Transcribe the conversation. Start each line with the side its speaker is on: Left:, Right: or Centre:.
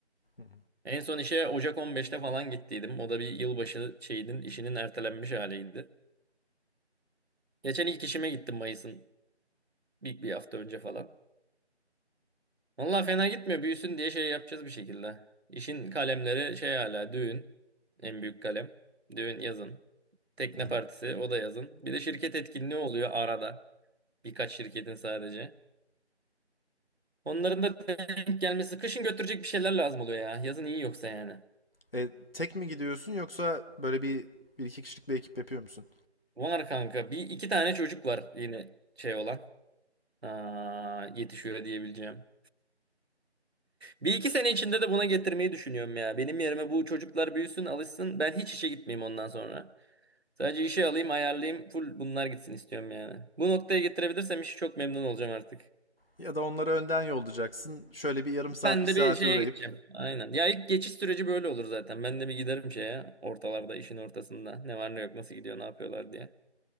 Left: Hı hı,
Right: En son işe Ocak 15'te falan gittiydim. O da bir yılbaşı şeyinin işinin ertelenmiş haliydi. Geçen ilk işime gittim Mayıs'ın bir, bir hafta önce falan. Valla fena gitmiyor büyüsün diye şey yapacağız bir şekilde. İşin kalemleri şey hala düğün. En büyük kalem. Düğün yazın. Tekne
Left: hı hı.
Right: partisi o da yazın. Bir de şirket etkinliği oluyor arada. Birkaç şirketin sadece. Onların da denk gelmesi. Kışın götürecek bir şeyler lazım oluyor ya. Yazın iyi yoksa yani.
Left: E, tek mi gidiyorsun yoksa böyle bir, bir iki kişilik bir ekip yapıyor musun?
Right: Var kanka. Bir iki tane çocuk var yine şey olan. Aa, yetişiyor diyebileceğim. Bir iki sene içinde de buna getirmeyi düşünüyorum ya. Benim yerime bu çocuklar büyüsün, alışsın. Ben hiç işe gitmeyeyim ondan sonra. Sadece işe alayım, ayarlayayım. Full bunlar gitsin istiyorum yani. Bu noktaya getirebilirsem işi çok memnun olacağım artık.
Left: Ya da onları önden yollayacaksın. Şöyle bir yarım saat
Right: Ben
Left: bir saate
Right: de bir şeye
Left: uğrayıp
Right: gideceğim. Aynen. Ya ilk geçiş süreci böyle olur zaten. Ben de bir giderim şeye ortalarda, işin ortasında. Ne var ne yok, nasıl gidiyor, ne yapıyorlar diye.